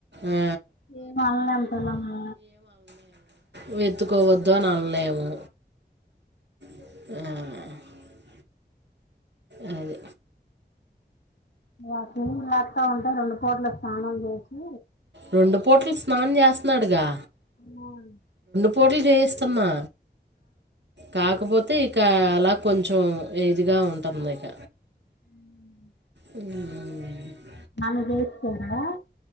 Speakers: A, on the right; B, on the left.
A: ఆ,
B: ఏ వాళ్ళని అంటున్నాము
A: ను ఎత్తుకోవద్దు అన్ అన్లేము. మ్ గదే
B: ఆ పురుగులు అత్తఉంటయి రెండు పూట్ల స్నానం చేసి
A: రొండు పూట్ల స్నానం చేస్తున్నాడుగా
B: హ
A: పుటలా చేయిస్తున్నా కాకపోతే ఇంకా అలా కొంచెం ఏదిగా ఉంటుంది ఇక
B: హ్మ్
A: హ్మ్
B: ఆమె చేసుకుందా